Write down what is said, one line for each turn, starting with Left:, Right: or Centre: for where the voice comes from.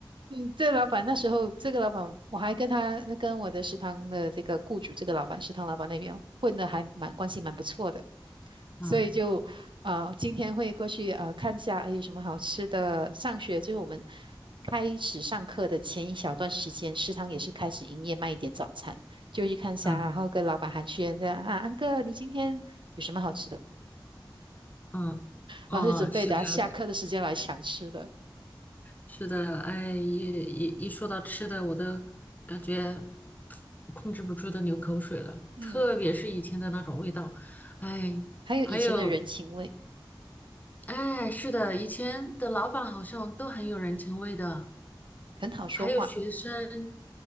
Right: 嗯，这老板那时候，这个老板我还跟他跟我的食堂的这个雇主，这个老板食堂老板那边混的还蛮关系蛮不错的。
Left: <laughs> 嗯
Right: 所以就呃，今天会过去呃看一下，哎，有什么好吃的？上学就是我们开始上课的前一小段时间，食堂也是开始营业卖一点早餐，就去看一下，
Left: 嗯
Right: 然后跟老板寒暄这样啊，安哥，你今天有什么好吃的？
Left: 嗯，哦，
Right: 然后就准备等下下课的时间来想吃的。
Left: 是的，是的，哎，一一一说到吃的，我都感觉控制不住的流口水了，
Right: 嗯，
Left: 特别是以前的那种味道，哎，
Right: 还有以前的人情味，
Left: 还有，哎，是的，以前的老板好像都很有人情味的，
Right: 很好说话。
Left: 还有学生，